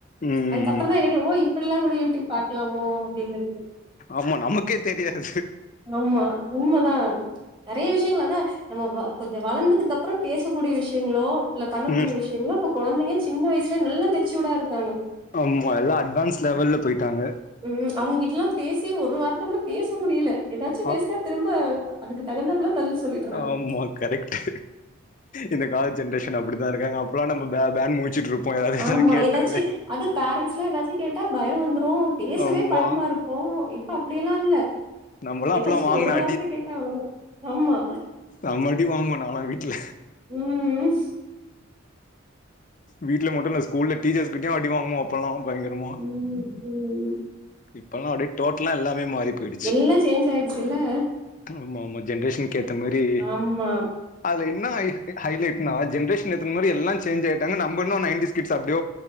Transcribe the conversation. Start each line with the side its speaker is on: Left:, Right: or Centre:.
Left: ம்
Right: அதுக்கப்றந்தா
Left: ம்
Right: எனக்கே ஓ இப்ல்லா கூட யூடியூப் பாக்கலாமோ அப்டிங்கிருக்கு
Left: ஆமா நமக்கே தெரியாது
Right: ஆமா உண்மதா நெறைய விஷ்யங்கள் அதா நம்ம கொஞ்சோ வளந்ததுக்கு அப்றோ பேசக்கூடிய விஷாயங்ளோ இல்ல பண்ணக்கூடிய
Left: ம்
Right: விஷ்யங்ளோ இப்ப கொழந்தைங்க சின்ன வயசிலே நல்லா மெச்சூடா இருக்காங்க
Left: ஆமா எல்லா அட்வான்ஸ் லெவல்ல போயிட்டாங்க
Right: ம் அவுங்ககிட்டல்லா பேசியே ஒரு வார்த்த கூட பேச முடில எதாச்சும்
Left: ஆ
Right: பேஸ்னா திரும்ப அதுக்கு தகுந்தாப்புல பதில் சொல்லிடுறாங்க
Left: ஆமா கரெக்ட்டு இந்த கால ஜென்ரேஷன் அப்டிதா இருக்காங்க அப்பெல்லா நம்ம பே பேனு முழிச்சிட்டு இரு ப்போ யாரா
Right: ஆமா
Left: கேட்டாவே
Right: ஏதாச்சு அது பேரண்ட்ஸ்ல்லா எதாச்சு கேட்டா பயோ வந்துரு பேசவே
Left: ஆமா
Right: பயமா இருக்கு இப்ப அப்டியெல்லா இல்ல
Left: நம்மல்லா
Right: எதாச்சு
Left: அப்பல்லா வாங்குன
Right: ஒரு வார்த்த கேட்டா அவுங்க ஆமா
Left: செம்ம அடி வாங்குவ நாளா வீட்ல
Right: ம்
Left: வீட்ல மட்டு இல்ல ஸ்கூல்ல டீச்சர்ஸ் கிட்டயு அடி வாங்குவ இப்பலா பயங்கரமா
Right: ம் ம்
Left: இப்பல்லா அப்டே டோட்டலா எல்லாமே மாறி போயிடுச்சு
Right: எல்லா சேஞ்ச் ஆயிடுச்சுல்ல
Left: ஆமா ஆமா ஜென்ரேஷனுக்கு ஏத்த மாரி
Right: ஆமா
Left: அதுல என்ன ஹை ஹை லைட்னா ஜென்ரேஷன் ஏத்த மாரி எல்லா சேஞ்ச் ஆய்ட்டாங்க நம்ப இன்னு நைன்டீஸ் கிட்ஸ் அப்டே